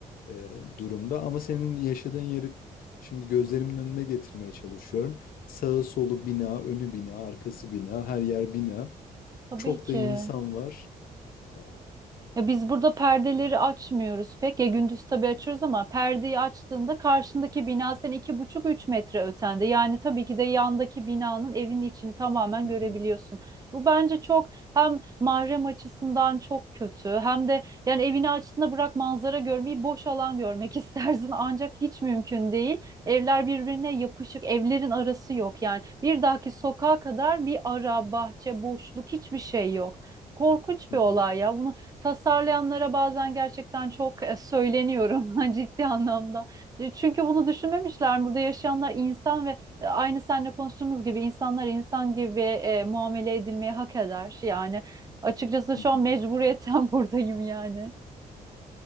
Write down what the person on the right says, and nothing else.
<laughs> Tabii
ki.
Ya biz burada perdeleri açmıyoruz pek. Ya gündüz tabii açıyoruz ama perdeyi açtığında karşındaki bina sen iki buçuk üç metre ötende. Yani tabii ki de yandaki binanın evin içini tamamen
görebiliyorsun.
Bu bence çok hem mahrem açısından çok kötü hem de yani evini açtığında bırak manzara görmeyi boş alan görmek <laughs> istersin ancak hiç mümkün değil. Evler birbirine yapışık, evlerin arası yok. Yani bir dahaki sokağa kadar bir ara, bahçe, boşluk hiçbir şey yok. Korkunç
bir
olay ya. Bunu tasarlayanlara bazen gerçekten çok e, söyleniyorum <laughs> ha, ciddi anlamda. E, Çünkü bunu düşünmemişler. Burada yaşayanlar insan ve e, aynı seninle konuştuğumuz gibi insanlar insan gibi e, muamele edilmeyi hak eder. Yani açıkçası şu
an mecburiyetten <laughs> buradayım yani.